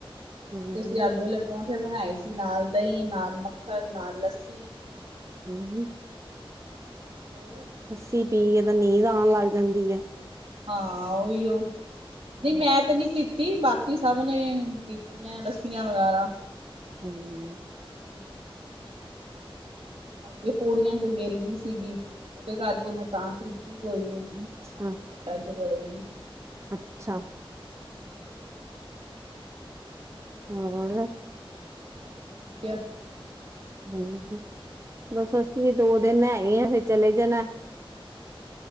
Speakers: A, on the right; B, on the right.
A: ਹਮ
B: ਅੱਜ ਅਸੀਂ ਆਲੂ ਆਲੇ ਪਰੋਂਂਠੇ ਬਣਾਏ ਸੀ, ਨਾਲ ਦਹੀਂ, ਨਾਲ ਮੱਖਣ, ਨਾਲ ਲੱਸੀ।
A: ਹੂੰ, ਹੂੰ।
B: ਹੋਰ?
A: ਲੱਸੀ ਪੀ ਕੇ ਤਾਂ ਨੀਂਦ ਆਣ ਲੱਗ ਜਾਂਦੀ ਐ।
B: ਹਾਂ ਓਹੀਔ ਨਹੀਂ
A: ਹੂੰ।
B: ਮੈਂ ਤੇ ਨਹੀਂ ਪੀਤੀ। ਪੀਤੀ ਬਾਕੀ ਸਭ ਨੇ ਪੀਤੀਆਂ ਲੱੱਸੀਆਂ ਵਗੈਰਾ।
A: ਹੂੰ।
B: ਹਮ। ਇਹ ਪੌੜੀਆਂ ਚੋਂ ਗਿਰ ਗਈ ਸੀਗੀ। ਉਹਦੇ ਕਰਕੇ ਮੈਂ ਤਾਂ ਪੀਤੀ ਕੋਈ ਨੀ
A: ਅੱਛਾ,
B: ਮੈਂ ਕਿਹਾ ਐਵੇਂ ਹਡਾਂ ਚ ਵੜੇਗੀ।
A: ਅੱਛਾ।
B: ਹਮ।
A: ਹੋਰ।
B: ਬਸ ਵਧੀਆ।
A: ਹੋਰ ਕੀ ਬਸ ਅੱਸੀਂ ਵੀ ਦੋ ਦਿਨ ਹੈਗੇ ਆ ਫਿਰ ਚਲੇ ਜਾਣੈ।